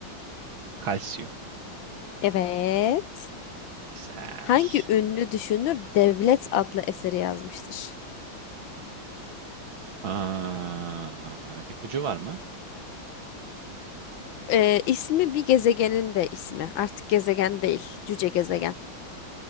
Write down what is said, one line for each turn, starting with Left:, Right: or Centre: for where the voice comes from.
Right: Kalsiyum.
Left: Evet.
Right: Güzel.
Left: Hangi ünlü düşünür Devlet adlı eseri yazmıştır?
Right: Aa, ipucu var mı?
Left: Ee, ismi bir gezegenin de ismi. Artık gezegen değil, cüce gezegen.